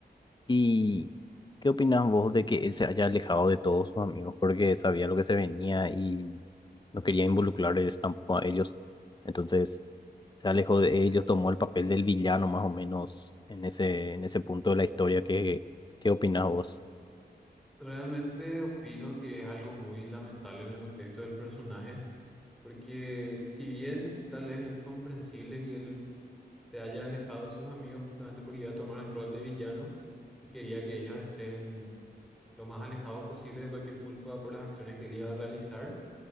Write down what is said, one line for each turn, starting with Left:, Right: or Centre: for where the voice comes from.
Left: ¿Y qué opinas vos de que él se haya alejado de todos sus amigos porque sabía lo que se venía y no quería involucrarles tampoco a ellos? Entonces se alejó de ellos, tomó el papel del villano más o menos en ese, en ese punto de la historia. ¿Qué, qué opinas vos?
Centre: Realmente opino que es algo muy lamentable en el contexto del personaje, porque si bien tal vez es comprensible que él se haya alejado de sus amigos justamente porque iba a tomar el rol de villano y quería que ellos estén lo más alejados posible de cualquier culpa por las acciones que él iba a realizar.